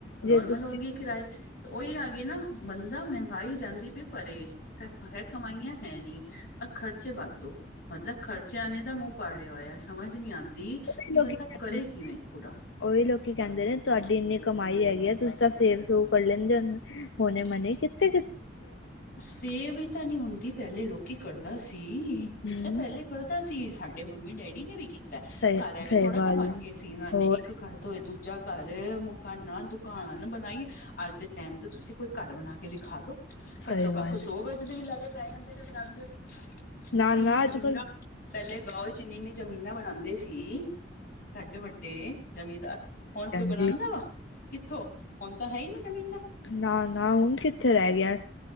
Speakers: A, on the left; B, on the left.
A: ਨੋਰਮਲ
B: ਜੇ ਤੁਸੀਂ
A: ਹੋ ਗਏ ਕਿਰਾਏ ਉਹੀ ਹੋ ਗਏ ਨਾ। ਬੰਦਾ। ਮਹਿੰਗਾਈ ਜਾਂਦੀ ਪਈ ਪਰੇ, ਤੇ ਹੈ ਕਮਾਈਆਂ ਹੈ ਨੀ ਆ ਖਰਚੇ ਵਾੱਧੂ। ਮਤਲਬ, ਖਰਚਿਆਂ ਨੇ ਤਾਂ ਮੂੰਹ ਪਾੜਿਆ ਹੋਇਆ, ਸਮਝ ਨੀ ਆਂਦੀ
B: ਉਹੀ
A: ਕਿ
B: ਲੋਕੀ
A: ਬੰਦਾ
B: ਕਹਿੰਦੇ
A: ਕਰੇ ਕਿਵੇਂ ਪੁਰਾ।
B: ਉਹੀ ਲੋਕੀ ਕਹਿੰਦੇ ਨੇ ਤੁਹਾਡੀ ਇੰਨੀ ਕਮਾਈ ਹੈਗੀ ਆ ਤੁਸੀਂ ਤਾਂ ਸੇਵ-ਸੂਵ ਕਰ ਲੈਂਦੇ ਹੋਨੇ ਹੋ। ਉਨੇ ਮਨੇ ਕਿੱਤੇ।
A: ਸੇਵ ਹੀ ਤਾਂ ਨੀ ਹੁੰਦੀ ਪਹਿਲੇ ਲੋਕੀ ਕਰਦਾ ਸੀ ਪੁੱਤ
B: ਹਮ
A: ਪਹਿਲੇ ਕਰਦਾ ਸੀ ਸਾਡੇ ਮੰਮੀ-ਡੈਡੀ ਨੇ ਵੀ ਕੀਤਾ,
B: ਸਹੀ
A: ਘਰ ਐਵੇਂ
B: ਸਹੀ
A: ਥੋੜਾ
B: ਗੱਲ
A: ਨਾ ਬਣ ਗਏ ਸੀ ਇਹ
B: ਹੋਰ
A: ਇੱਕ ਘਰ ਇਕ ਤੋ ਦੂਜਾ ਘਰ, ਮਕਾਨਾਂ, ਦੁਕਾਨ ਬਣਾਈ ਏ ਅੱਜ ਦੇ ਟਾਈਮ ਤੇ ਤੁਸੀਂ ਕੋਈ ਘਰ ਬਣਾ ਕੇ ਵਿਖਾ ਦੋ। ਘੱਟੋ-ਘੱਟ
B: ਸਹੀ ਗੱਲ
A: ਸੋ
B: ਹੈ
A: ਗਜ ਦੇ ਲਾਲੇ ਪੈ ਜਾਂਦੇ ਨੇ ਬਣਾਦੇ ਹੋਏ
B: ਨਾ ਨਾ
A: <unintelligible>
B: ਅੱਜ ਕੱਲ
A: ਪਹਿਲੇ ਗਾਉ ਵਿੱਚ ਇੰਨੀ -ਇੰਨੀ ਜ਼ਮੀਨਾਂ ਬਣਾਉਂਦੇ ਸੀ ਸਾਡੇ ਵੱਡੇ ਜ਼ਮੀਂਦਾਰ। ਹੁਣ ਕੋਈ
B: ਹਾਂਜੀ
A: ਬਣਾਂਦਾ ਵਾ, ਕਿੱਥੋਂ ਹੁਣ ਤਾਂ ਹੈ ਹੀ ਨਹੀਂ ਜ਼ਮੀਨਾਂ।
B: ਨਾ-ਨਾ ਹੁਣ ਕਿੱਥੇ ਰਹਿ ਗਿਆ?